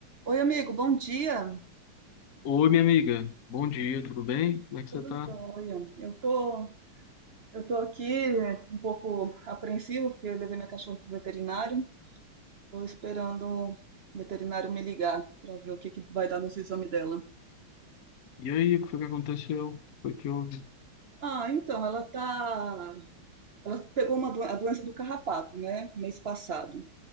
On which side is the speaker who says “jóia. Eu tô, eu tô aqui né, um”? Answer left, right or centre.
Right